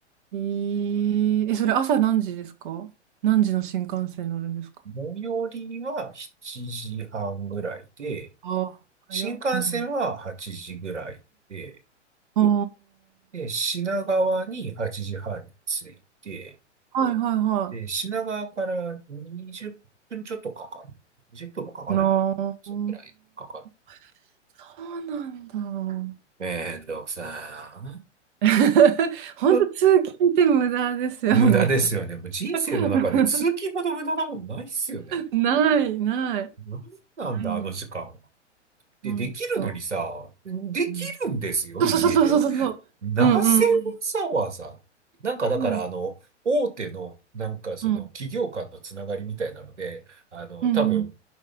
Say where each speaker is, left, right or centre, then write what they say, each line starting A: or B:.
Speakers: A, on the right; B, on the right.
A: えー、え、それ朝何時ですか何時の新幹線乗るんですか
B: 最寄りは7時半ぐらいで、
A: ああー、早っ。
B: 新幹線は8時ぐらいで、
A: うん。ああ、
B: で、品川に8時半に着いて、
A: はいはいは
B: で、品川から20分ちょっとかかる。20分もかかんないかな。
A: い。ああ、
B: それくらいかかる。
A: そうなんだ。
B: めんどくさ
A: <laughs> 本当通勤って無駄ですよね。
B: ー。<laughs> 無駄ですよね。もう人生の中で通勤ほど無駄なもんないっすよね。
A: <laughs> ない、ない、
B: なんなんだ、
A: ないです。
B: あの時間は。で、
A: 本当。
B: できるのにさ、できるんですよ、
A: うん、そうそうそうそうそうそう。
B: 家で。なぜわざわざなんかだからあの、
A: うんうんうん。そうです。
B: 大手のなんかその企業間のつながりみたいなので、
A: うん
B: あの、
A: うんうん。
B: 多分